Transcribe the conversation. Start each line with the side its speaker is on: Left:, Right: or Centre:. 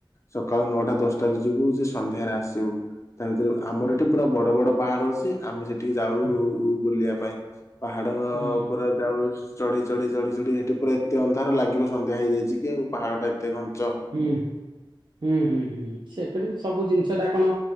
Left: ସକାଳ ନଅଟା ଦଶଟାରୁ ଯିବୁ ଯେ ସନ୍ଧ୍ୟାରେ ଆସିବୁ ତା ଭିତରେ ଆମର
Right: ହୁଁ
Left: ଏଠି ପୁରା ବଡ଼ ବଡ଼ ପାହାଡ଼ ଅଛି ଆମେ ସେଠିକି ଯାଉ
Right: ହୁଁ
Left: ବୁଲିବା ପାଇଁ। ତ
Right: ହୁଁ
Left: ପୁରା ଯାଉ ଚଢି ଚଢି ଚଢି ଚଢି ହେଠେ ପୁରା ଏତେ ଅନ୍ଧାର ଲାଗିବ ସନ୍ଧ୍ୟା ହେଇଯାଇଛି କି ଆଉ ପାହାଡ ଟା ଏତେ ଘଞ୍ଚ।
Right: ହୁଁ ହୁଁ ହୁଁ ହୁଁ ସେପଟେ ବି ସବୁ ଜିନିଷ ଟା କଣ